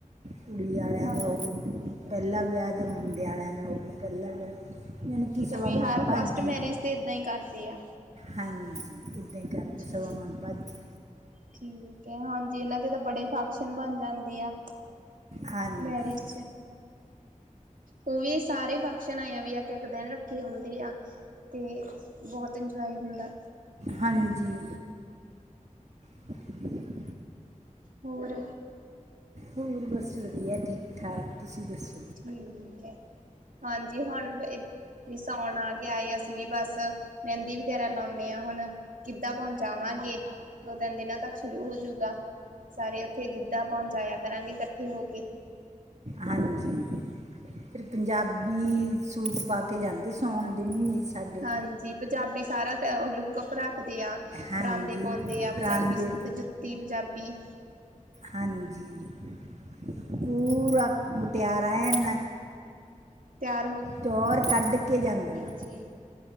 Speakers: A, on the right; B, on the right.
A: ਕੁੜੀ ਆਲੇਆਂ
B: ਹਾਂਜੀ।
A: ਦਾ ਹੋਵੇ ਪੈਲਾ ਵੇਆ ਯਾ ਮੁੰਡੇ ਆਲੇਆਂ ਦਾ ਹੋਵੇ। <unintelligible> ਨਨਕੀ
B: ਠੀਕ
A: ਸਵਾਮਾੱਣ
B: ਹੈ ਵੀ ਹਰ
A: ਭਾਜੀ।
B: ਫਸਟ ਮੈਰਿਜ ਤੇ ਏਦਾਂ ਹੀ ਕਰਦੇ ਆ।
A: ਹਾਂਜੀ, ਇੱਦਾਂ ਈ ਕਾਰਦੇ
B: ਜੀ
A: ਸਵਾਮੱਨ ਭਾਜੀ।
B: ਠੀਕ ਐ, ਹਾਂਜੀ ਓਨਾਂ ਦੇ ਤਾਂ ਬੜੇ ਫਾਕਸ਼ਨ ਬਾੱਨ ਜਾਂਦੇ ਆ।
A: ਹਾਂਜੀ
B: ਮੈਰਿਜ਼ ਚ ਉ ਵੀ ਸਾਰੇ ਫਕਸ਼ਨ ਆਏਆ ਵੀ ਏਕ-ਏਕ ਦੇਨ ਰੱਖੇ ਹੁੰਦੇ ਆ। ਤੇ ਬੋਹਤ ਇੰਜਵਾਏ ਹੁੰਦਾ।
A: ਹਾਂਜੀ। <inaudible>
B: ਹੋਰ?
A: ਹੋਰ ਬੱਸ ਵਦੀਆ ਠੀਕ-ਠਾਕ, ਤੂਸੀ ਦੱਸੋ?
B: ਠੀਕ ਐ, ਹਾਂਜੀ ਹੁਣ ਵੇ ਵੀ ਸੌਣ ਆ ਗੇਆਏ ਅਸੀ ਵੀ ਬਾੱਸ, ਮੈਂਦੀ ਵਗੈਰਾ ਲਾਉਂਨੇ ਆਂ ਹੁਨ ਕਿੱਦਾ ਪੌਨ ਚਾਵਾਂਗੇ ਦੋ-ਤੈਨ ਦਿਨਾਂ ਤੱਕ ਸ਼ੁਰੂ ਹੋਜੂਗਾ। ਸਾਰੇ ਉੱਥੇ ਗਿੱਦਾ ਪੌਨ ਜਾਏਆ ਕਰਾਂਗੇ ਕੱਠੇ ਹੋ ਕੇ।
A: ਹਾਂਜੀ। ਫਿਰ ਪੰਜਾਬੀ ਸੂਟ ਪਾ ਕੇ ਜਾਂਦੇ ਸੌਣ ਦੇ ਮ੍ਹੀਨੇ ਚ। ਸਾਡੇ
B: ਹਾਂਜੀ, ਪੰਜਾਬੀ ਸਾਰਾ ਤੇ, ਓ ਲੁੱਕਅਪ ਰਾਖਦੇ ਆਂ।
A: ਹਾਂਜੀ
B: ਪਰਾਂਦੇ ਪੌਂਦੇ ਆ, ਪਜਾਬੀ
A: ਪਰਾਂਦੇ
B: ਸੂਟ, ਜੁੱਤੀ ਪਜਾਬੀ
A: ਹਾਂਜੀ, ਪੂਰਾ ਮੁਟਿਆਰਾ ਐਨ
B: ਤਿਆਰ
A: ਟੌਰ ਕਾੱਡਕੇ ਜਾਂਦਨਾ।
B: ਜੀ